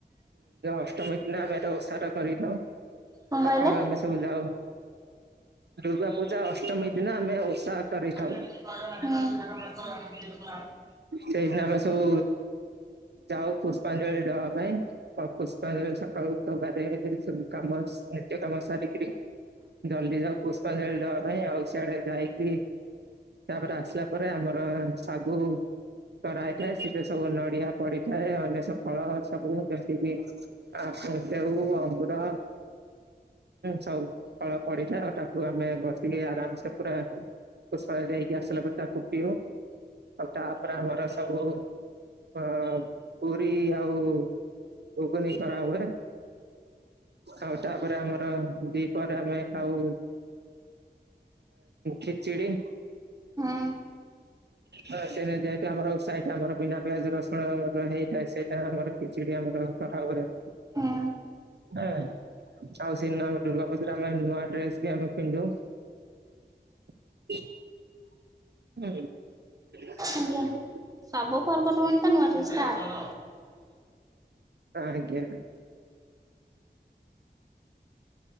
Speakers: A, on the right; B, on the right.
A: ଅଷ୍ଟମୀ ଦିନ ଆମେ ଉସାଟ କରିନଉ
B: କଣ
A: ସକାଳୁ
B: କହିଲେ?
A: ଆମେ ସବୁ ଯାଉ ଦୁର୍ଗା ପୂଜା ଅଷ୍ଟମୀ ଦିନ ଆମେ ଓଷା
B: ହୁଁ।
A: କରିଥାଉ ସେଇଦିନ ଆମେ ସବୁ ଯାଉ ପୁଷ୍ପାଞ୍ଜଳି ଦବା ପାଇଁ। ବା ପୁଷ୍ପାଞ୍ଜଳି ସକାଳୁ ଉଠୁ ଗାଧୁଆ ଗାଧେଇ ସବୁ କାମ ନିତ୍ୟ କାମ ସାରିକିରି ଜଲଦି ଯାଉ ପୁଷ୍ପାଞ୍ଜଳି ଦବା ପାଇଁ, ଆଉ ସିଆଡେ ଯାଇକି ତାପରେ ଆସିଲା ପରେ ଆମର ଶାଗୁ କରାହଇଥାଏ ସେଠରେ ସବୁ ନଡିଆ ପଢିଥାଏ ଆଁ ନେସ୍ ସଫଳ ସବୁ ଯେମତି ବିି ଆ ସେଉ, ଅଙ୍ଗୁର ସବୁ ଫଳ ପଡିଥାଏ, ଆଉ ତାକୁ ଆମେ ବସିକି ଆରାମସେ ପୁରା ପୁଷ୍ପାଞ୍ଜଳି ଯାଇକି ଆସିଲା ପରେ ତାକୁ ପିଉ। ଆଉ ତାପରେ ଆମର ସବୁ ଅ ପୁରୀ ଆଉ ଘୁଗୁନି କରା ହୁଏ। ଆଉ ତାପରେ ଆମର ଦିଇପହରେ ଆମେ ଖାଉ ଖିଚିଡି
B: ହୁଁ
A: ହଁ ସେଦିନ ଯେହେତୁ ଆମର ଓଷା ହେଇଚି ଆମର ବିନା ପିଆଜ ରସୁ କଣ ହେଇ ସେଇଟା ଆମର ଖିଚିଡି ଆମର କରା ହୁଏ।
B: ହୁଁ।
A: ଏ ଆଉ ସେନ ଦୁର୍ଗା ପୁଜାରେ ଆମେ ନୂଆ ଡ୍ରେସ୍ ବି ଆମେ ପିନ୍ଧୁ। <inaudible>
B: ଆଜ୍ଞା ସବୁ ପର୍ବପର୍ବାଣୀ ତ ନୂଆ ଡ୍ରେସ୍ ଟା ଆ
A: ଆଜ୍ଞା।